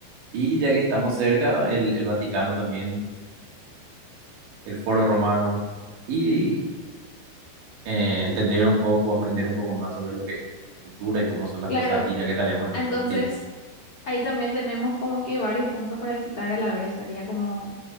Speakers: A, on the right (about 85°); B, on the left (about 60°).
A: Y ya que estamos cerca, el, el Vaticano también, el Foro Romano. Y eh, entender un poco, aprender un poco más sobre lo que es cultura y cómo son las
B: Claro,
A: cosas ahí, ya que estaríamos en
B: entonces
A: otro continente.
B: ahí también tenemos como que varios puntos para visitar a la vez, sería como